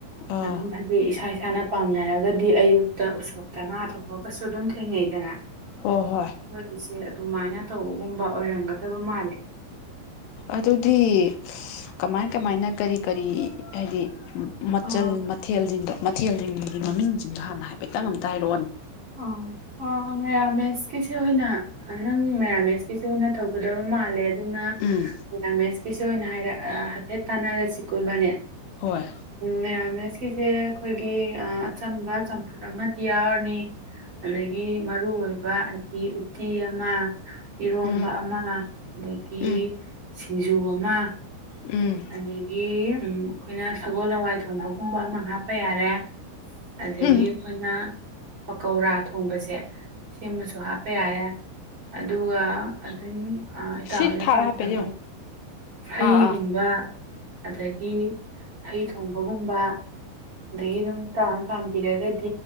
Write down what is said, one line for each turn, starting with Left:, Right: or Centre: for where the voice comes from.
Left: ꯑꯥ
Right: ꯑꯗꯨꯝ ꯍꯥꯏꯗꯤ ꯏꯁꯥ ꯏꯁꯥꯅ ꯄꯥꯝꯅꯔꯒꯗꯤ ꯑꯌꯨꯛꯇ ꯎꯁꯣꯛ ꯇ ꯉꯥꯗꯐꯥꯎꯒꯁꯨ ꯑꯗꯨꯝ ꯊꯦꯡꯅꯩꯗꯅ
Left: ꯍꯣꯏ ꯍꯣꯏ
Right: ꯋꯥꯔꯤꯁꯦ ꯑꯗꯨꯃꯥꯏꯅ ꯇꯧꯕꯒꯨꯝꯕ ꯑꯣꯏꯔꯝꯒꯗꯕ ꯃꯥꯜꯂꯦ
Left: ꯑꯗꯨꯗꯤ ꯀꯃꯥꯏ ꯀꯃꯥꯏꯅ ꯀꯔꯤ ꯀꯔꯤ ꯍꯥꯏꯗꯤ ꯎ
Right: ꯑꯥ
Left: ꯃꯆꯜ ꯃꯊꯦꯜꯁꯤꯡꯗꯣ ꯃꯊꯦꯜꯁꯤꯡꯒꯤ ꯃꯃꯤꯡꯁꯤꯡꯗꯣ ꯍꯥꯟꯅ ꯍꯥꯏꯐꯦꯠꯇꯪ ꯑꯝꯇ ꯍꯥꯏꯔꯛꯑꯣꯅꯦ
Right: ꯑ ꯑꯣ ꯃꯦꯔꯥꯃꯦꯁꯀꯤꯁꯤꯦ ꯑꯣꯏꯅ ꯅꯪ ꯃꯦꯔꯥꯃꯦꯁꯀꯤꯁꯤꯦ ꯑꯣꯏꯅ ꯇꯧꯒꯗꯕ ꯃꯥꯜꯂꯦ ꯑꯗꯨꯅ
Left: ꯎꯝ
Right: ꯄꯦꯔꯥꯃꯦꯁꯀꯤꯁꯨ ꯑꯣꯏꯅ ꯍꯥꯏꯔ ꯍꯥꯏꯐꯦꯠ ꯇꯥꯟꯅꯔꯁꯤ ꯀꯣꯏꯕꯅꯦ
Left: ꯍꯣꯏ
Right: ꯃꯦꯔꯥꯃꯦꯁꯀꯤꯁꯦ ꯑꯩꯈꯣꯏꯒꯤ ꯑꯆꯝꯕ ꯆꯝꯐꯨꯠ ꯑꯃꯗꯤ ꯌꯥꯎꯔꯅꯤ ꯑꯗꯒꯤ ꯃꯔꯨ ꯑꯣꯏꯕ ꯑꯩꯗꯤ ꯎꯇꯤ ꯑꯃ ꯏꯔꯣꯝꯕ
Left: ꯎꯝ
Right: ꯑꯃ ꯑꯗꯒꯤ
Left: ꯎꯝ
Right: ꯁꯤꯡꯖꯨ ꯑꯃ
Left: ꯎꯝ
Right: ꯑꯗꯒꯤ ꯑꯩꯈꯣꯏꯅ ꯁꯒꯣꯜ ꯍꯋꯥꯏ ꯊꯣꯟꯕꯒꯨꯝꯕ ꯑꯃ ꯍꯥꯞꯄ ꯌꯥꯔꯦ ꯑꯗꯒꯤ
Left: ꯎꯝ
Right: ꯑꯩꯈꯣꯏꯅ ꯄꯀꯧꯔꯥ ꯊꯣꯡꯕꯁꯦ ꯁꯤꯃꯁꯨ ꯍꯥꯞꯄ ꯌꯥꯔꯦ ꯑꯗꯨꯒ ꯑꯗꯨꯝ ꯏꯇꯥꯎ
Left: ꯁꯤ
Right: ꯍꯣꯏꯅ
Left: ꯊꯥꯔ
Right: ꯄꯥꯝꯖꯕ
Left: ꯍꯥꯏꯐꯦꯠ ꯌꯦꯡꯉꯣ
Right: ꯍꯩ
Left: ꯑꯥ ꯑꯥ
Right: ꯕ ꯑꯗꯒꯤ ꯍꯩ ꯊꯣꯡꯕꯒꯨꯝꯕ ꯑꯗꯒꯤ ꯑꯗꯨꯝ ꯇꯥꯎꯟ ꯄꯥꯝꯕꯤꯔꯒꯗꯤ